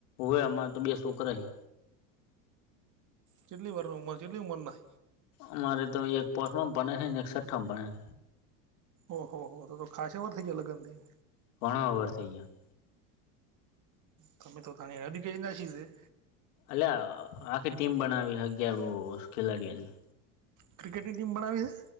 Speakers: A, on the left; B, on the right.
A: હય અમારે તો બે શોકહી
B: કેટલી વાર ઉંમર કેટલી ઉંમર ના
A: અમારે તો એક પાસમા બને હ અને એક છઠ્ઠા બનેૈ
B: ઓહ હો તો તો ખાશ વર થ ગ લગનથી
A: કોણા ઓવર થઇ ગયોયા
B: તમે તો તને અદી ક ના છી
A: એટ આખી ટીમ બનાવી અગયાર ખેલાડીઓની
B: ક્રિકેટની ટીમ બનાવી છે